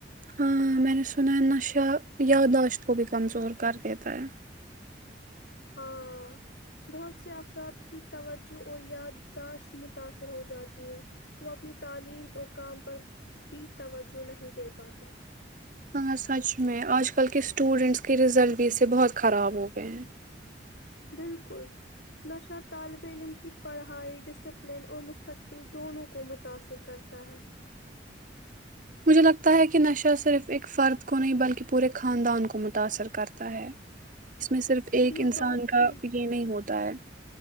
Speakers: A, on the right; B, on the left.
A: ہاں میں نے سنا ہے نشہ یادداشت کو بھی کمزور کر دیتا ہے
B: ہاں بہت سے افراد کی توجہ اور یادداشت متاثر ہو جاتی ہیں وہ اپنی تعلیم اور کام پر بھی توجہ نہیں دے پاتے
A: ہاں سچ میں آج کل کے اسٹوڈینٹس کے رزلٹ بھی اس سے بہت خراب ہو گئے ہیں
B: بالکل نشہ طالب علم کی پڑھائی ڈسپلن اور مستقبل دونوں کو متاثر کرتا ہے
A: مجھے لگتا ہے کہ نشہ صرف ایک فرد کو نہیں بلکہ پورے خاندان کو متاثر کرتا ہے اس میں صرف ایک
B: یہ
A: انسان
B: بات
A: کا
B: بال
A: یہ نہیں ہوتا تا ہے